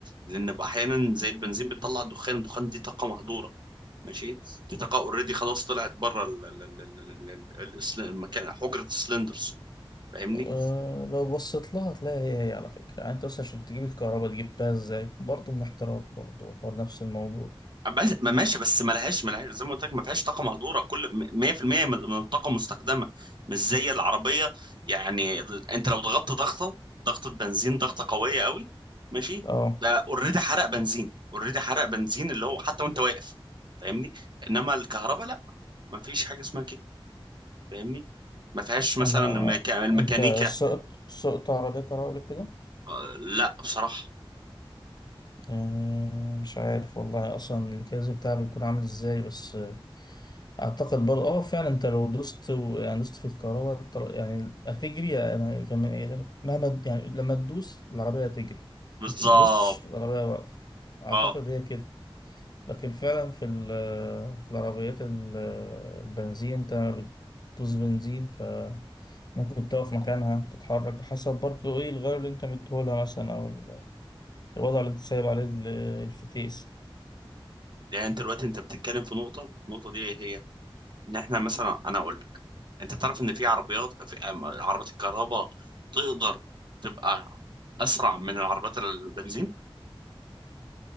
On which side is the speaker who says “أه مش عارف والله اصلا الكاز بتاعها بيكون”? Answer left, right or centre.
Left